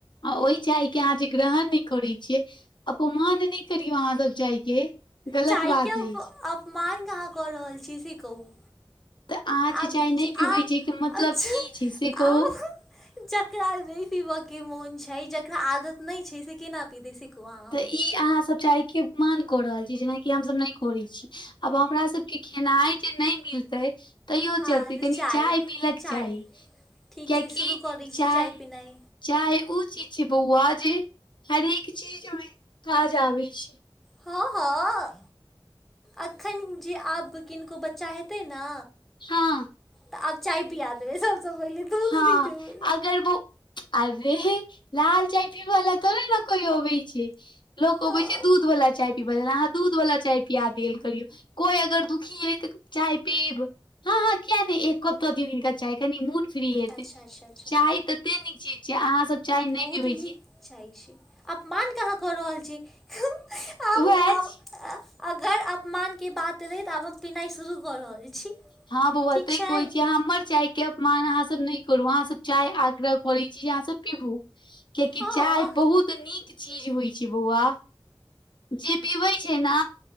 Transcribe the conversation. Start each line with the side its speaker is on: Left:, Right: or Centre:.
Left: आ ओहि चाय के अहा छै ग्रहण न करै छियै अपमान नहि करियौ अहाँ सब चाय के गलत
Centre: चायके
Left: बात अछि
Centre: अपमान कहाँ कऽ रहल छी से कहू
Left: तऽ अहाँ जे
Centre: अब
Left: चाय नहि पीबै
Centre: आ
Left: छी के मतलब
Centre: अबछ
Left: की छै से
Centre: आ
Left: कहू
Centre: <inaudible> जेकरा नहि पीबऽ के मोन छै जेकरा आदत नहि छै से किना पी द सी <unintelligible> कु ह
Left: त ई अहाँसभ चाही कि मान क रहल छी जेनाकि हमसभ नहि करै छी आब हमरा सबके खेनाइ जे नहि मिल तैयो
Centre: हँ
Left: चलते
Centre: तऽ
Left: कनि चाय मिलक
Centre: चाय
Left: चाही
Centre: ठीक
Left: कियकि
Centre: छै शुरू कऽ दै छी
Left: चाय
Centre: पिनाइ
Left: चाय ओ चीज छै बौआ हरेक चीज मे काज आबै छै
Centre: हँ हँ एखन जे आब किनको बच्चा हेतै ने
Left: हँ
Centre: तऽ आब चाय पिया देबै सबसँ पहिले दूध
Left: हँ
Centre: नहि देबै
Left: अगर वो अरे लाल चाय पीबऽ ला‌ थोरको ने कोई अबै छै लोक
Centre: हँ
Left: अबै छै दूध वला चाय पीबै अहाँ दूध वाला चाय पिया देल करियौ कोइ अगर दुखी हइ तऽ चाय पीब हँ हँ किया दे एक कप हिनका चाय कनि मूड फ्री हेतै
Centre: अच्छा अच्छा अच्छा
Left: चाय तऽ कते नीक चीज छै अहाँ सब चाय नहि
Centre: बहुत
Left: पीबै
Centre: नीक
Left: छी
Centre: चाय छै अपमान कहाँ कऽ रहल छी आब
Left: उहै अछि
Centre: आब अगर अपमान के बात एले तऽ आब हम पिनाइ शुरू कऽ रहल छी
Left: हँ बोआ
Centre: ठीक
Left: तै
Centre: छै
Left: कहय छि हमर चायके अपमान अहाँ सब न नहि करु अहाँ सब चाह आग्रह करै छी जे अहाँ सब पीबू कियकि
Centre: हँ
Left: चाय
Centre: हँ
Left: बहुत नीक छै चीज होइ छै बौआ जे पीबै छै ने